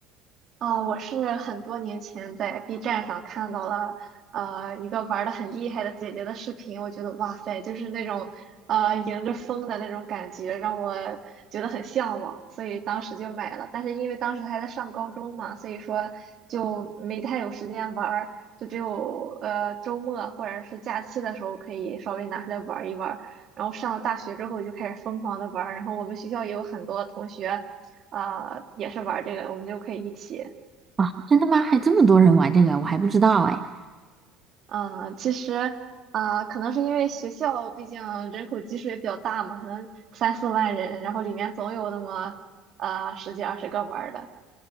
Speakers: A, on the right (about 45°); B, on the right (about 25°).
A: 呃，我是很多年前在 B 站上看到了呃一个玩的很厉害的姐姐的视频，我觉得哇塞，就是那种呃迎着风的那种感觉，让我觉得很向往，所以当时就买了。但是因为当时还在上高中嘛，所以说就没太有时间玩儿，就只有呃周末或者是假期的时候可以稍微拿出来玩儿一玩儿。然后上了大学之后就开始疯狂的玩儿，然后我们学校也有很多同学。呃，也是玩儿这个，我们就可以一起。
B: 啊，真的吗？还这么多人玩这个，我还不知道哎。
A: 嗯，呃其实啊、呃可能是因为学校毕竟人口基数也比较大嘛，可能三四万人，然后里面总有那么呃十几二十个玩儿的